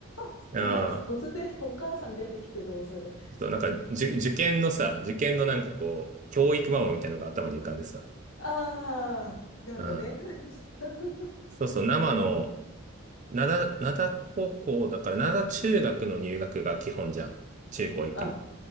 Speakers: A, on the left; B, on the right.
A: <laughs>
B: ああ、
A: な、突然お母さん出てきてどうする
B: そう、なんか、じゅ、受験のさ、受験のなんかこう、教育ママみたいなのが頭に浮かんでさ。
A: <laughs> ああ、なんかね。
B: うん。
A: <laughs>
B: そうそう、生の、灘、灘高校だから、灘中学の入学が基本じゃん。中高一貫だから。
A: あ、